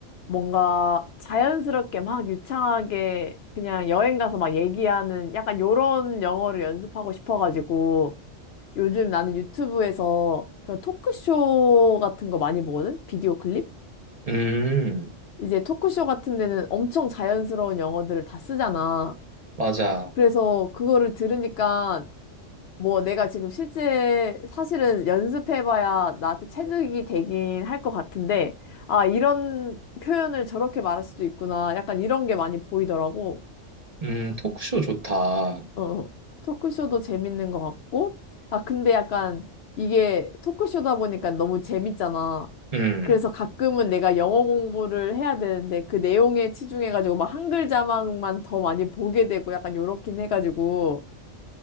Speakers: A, on the left; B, on the right.
A: 뭔가 자연스럽게 막 유창하게 그냥 여행 가서 막 얘기하는 약간 요런 영어를 연습하고 싶어가지고 요즘 나는 유튜브에서 그런 토크쇼 같은 거 많이 보거든? 비디오 클립?
B: 음,
A: 이제 토크쇼 같은 데는 엄청 자연스러운 영어들을 다 쓰잖아.
B: 맞아.
A: 그래서 그거를 들으니까 뭐 내가 지금 실제 사실은 연습해봐야 나한테 체득이 되긴 할 것 같은데 아 이런 표현을 저렇게 말할 수도 있구나 약간 이런 게 많이 보이더라고
B: 음, 토크쇼 좋다.
A: 어 어. 토크쇼도 재밌는 것 같고 아 근데 약간 이게 토크쇼다 보니까 너무 재밌잖아
B: 음,
A: 그래서 가끔은 내가 영어 공부를 해야 되는데 그 내용에 치중해가지고 막 한글 자막만 더 많이 보게 되고 약간 요렇긴 해가지고